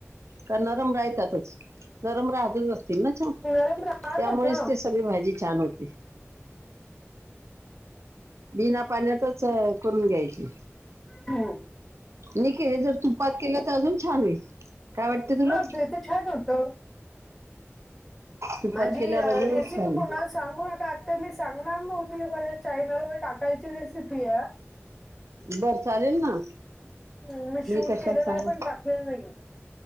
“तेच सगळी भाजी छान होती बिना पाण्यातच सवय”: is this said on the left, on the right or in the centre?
Right